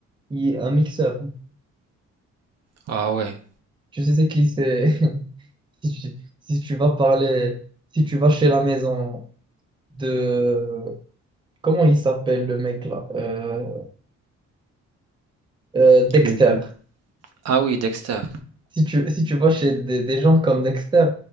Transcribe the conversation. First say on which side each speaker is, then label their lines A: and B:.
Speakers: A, on the right (about 15°); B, on the right (about 55°).
A: qui est un mixeur?
B: Ah ouais.
A: Tu sais, c'est qui? C'est <laughs> Si tu, si tu vas parler, si tu vas chez la maison de... Comment il s'appelle le mec là? Euh, euh, Dexter.
B: Lequel? Ah oui, Dexter.
A: Si tu, si tu vas chez des, des gens comme Dexter,